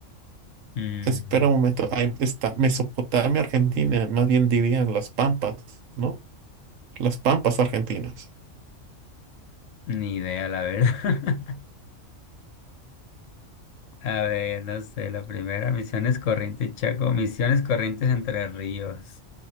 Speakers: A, on the left (about 75°); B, on the right (about 80°).
A: Mm,
B: espera un momento, ahí está Mesopotamia, Argentina, más bien dirían las Pampas, ¿no? Las Pampas argentinas.
A: ni idea, la verdad. <laughs> A ver, no sé, la primera, Misiones Corrientes Chaco, Misiones Corrientes Entre Ríos.